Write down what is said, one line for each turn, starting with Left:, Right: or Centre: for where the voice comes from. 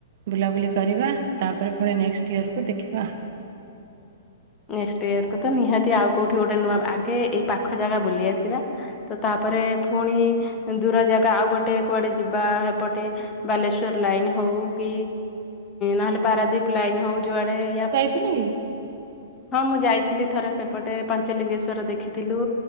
Right: ବୁଲାବୁଲି କରିବା ତାପରେ ପୁଣି ନେକ୍ସଟ୍ ଇୟରକୁ ଦେଖିବା।
Left: ନେକ୍ସଟ ଇୟରକୁୁ ତ ନିହାତି ଆଉ କେଉଠି ଗୋଟେ ନୂଆ ଆଗେ ଏଇ ପାଖ ଜାଗା ବୁଲି ଆସିବା। ତ ତାପରେ ପୁଣି ଦୂର ଜାଗା ଆଉ ଗୋଟେ କୁଆଡ଼େ ଯିବା ଏପଟେ ବାଲେଶ୍ଵର ଲାଇନ ହଉ କି ନହେଲେ ପାରାଦୀପ ଲାଇନ ହଉ ଯୋଆଡେ ୟା
Right: ଥିଲା କି।
Left: ହଁ ମୁଁ ଯାଇଥିଲି ଥରେ ସେପଟେ ପଞ୍ଚଲିଙ୍ଗେଶ୍ଵର ଦେଖିଥିଲୁ।